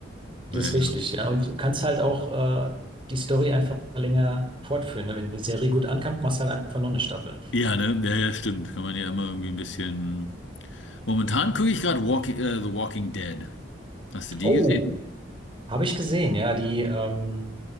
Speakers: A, on the right; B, on the left.
A: Das
B: Ja,
A: ist
B: ja.
A: richtig, ja. Und kannst halt auch äh, die Story einfach länger fortführen. Ne? Wenn die Serie gut ankommt, machst du halt einfach noch eine Staffel.
B: Ja, ne? Ja, ja, stimmt. Kann man ja immer irgendwie ein bisschen. Momentan gucke ich gerade Walking, äh, The Walking Dead. Hast du die
A: Oh,
B: gesehen?
A: habe ich gesehen, ja. Die ähm,